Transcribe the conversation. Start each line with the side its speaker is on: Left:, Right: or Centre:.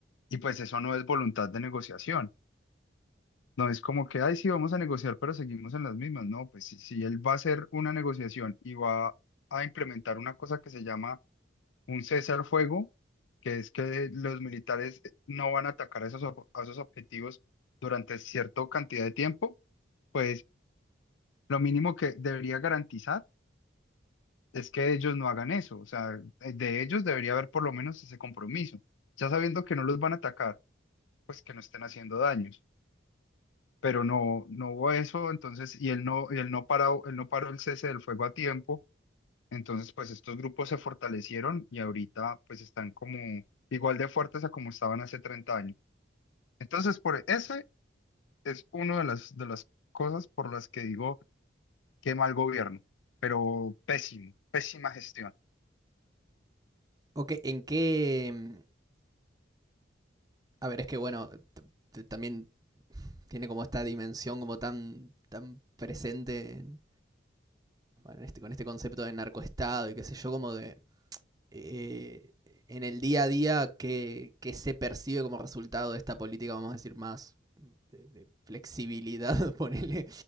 Left: y pues eso no es voluntad de negociación. No es como que, ay, sí, vamos a negociar, pero seguimos en las mismas. No, pues si, si él va a hacer una negociación y va a implementar una cosa que se llama un cese al fuego, que es que los militares eh, no van a atacar a esos, ob- a esos objetivos durante cierta cantidad de tiempo, pues lo mínimo que debería garantizar es que ellos no hagan eso. O sea, de ellos debería haber por lo menos ese compromiso, ya sabiendo que no los van a atacar pues que no estén haciendo daños. Pero no, no hubo eso, entonces, y él no, y él no paró, él no paró el cese del fuego a tiempo. Entonces, pues estos grupos se fortalecieron y ahorita pues están como igual de fuertes a como estaban hace 30 años. Entonces, por ese es uno de las, de las cosas por las que digo que mal gobierno, pero pésimo, pésima gestión.
Right: Ok, ¿en qué. hmm, A ver, es que bueno, también tiene como esta dimensión como tan. tan presente en- bueno, este- con este concepto de narcoestado y qué sé yo, como de. eh, en el día a día qué, qué se percibe como resultado de esta política, vamos a decir, más de, de flexibilidad, <laughs> ponele,